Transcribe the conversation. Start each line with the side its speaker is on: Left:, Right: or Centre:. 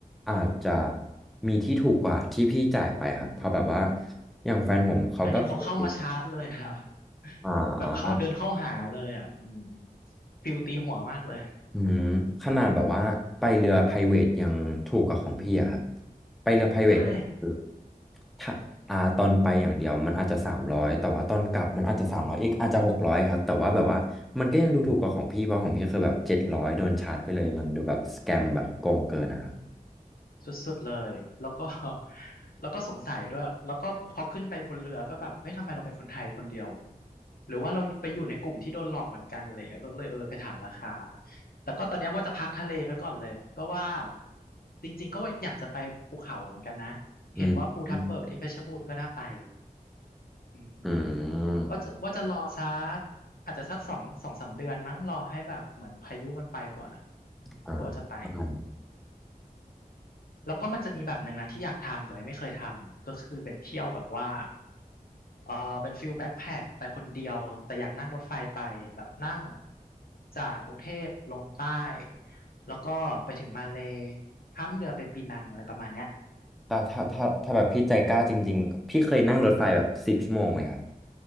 Centre: อาจจะมีที่ถูกกว่าที่พี่จ่ายไปครับเพราะแบบว่าอย่างแฟนผมเขาก็เคย
Left: อันเนี้ยเขาเข้ามาชาร์จเลยค่ะ
Centre: อ่า
Left: แบบเขาเดินเข้าหาเลยอ่ะอืมฟิลตีหัวมากเลย
Centre: อืมขนาดแบบว่าไปเรือ private ยังถูกกว่าของพี่อะครับไปเรือ private
Left: ใช่
Centre: ก็คือถ้าอ่าตอนไปอย่างเดียวมันอาจจะสามร้อยแต่ว่าตอนกลับมันอาจจะสามร้อยอีกอาจจะหกร้อยครับแต่ว่าแบบว่ามันก็ยังดูถูกกว่าของพี่เพราะของพี่คือแบบเจ็ดร้อยโดนชาร์จไปเลยมันดูแบบสแกมแบบโกงเกินนะครับ
Left: สุดๆเลยแล้วก็ <laughs> แล้วก็สงสัยด้วยแล้วก็พอขึ้นไปบนเรือก็แบบเอ้ยทำไมเราเป็นคนไทยคนเดียวหรือว่าเราไปอยู่ในกลุ่มที่โดนหลอกเหมือนกันอะไรอย่างเงี้ยก็เลยเออไปถามราคาแต่ก็ตอนเนี้ยว่าจะพักทะเลไปก่อนเลยก็ว่าจริงๆก็ว่าอยากจะไปภูเขาเหมือนกันนะเห็นว่าภูทับเบิกที่เพชรบูรณ์ก็น่าไป
Centre: อืมอืม
Left: อืม
Centre: อืม
Left: ว่าจะว่าจะรอสักอาจจะสักสองสองสามเดือนมั้งรอให้แบบเหมือนพายุมันไปก่อนอ่ะ
Centre: อ่า
Left: ก็จะไป
Centre: ประมาณ
Left: แล้วก็มันจะมีแบบหนึ่งนะที่อยากทำแต่ว่าไม่เคยทำก็คือเป็นเที่ยวแบบว่าเออเป็นฟิลแบ็คแพ็คไปคนเดียวแต่อยากนั่งรถไฟไปแบบนั่งจากกรุงเทพลงใต้แล้วก็ไปถึงมาเลย์ข้ามเรือไปปีนังอะไรประมาณเนี้ย
Centre: แต่ถ้าถ้าถ้าแบบพี่ใจกล้าจริงๆพี่เคยนั่งรถไฟแบบสิบชั่วโมงไหมครับ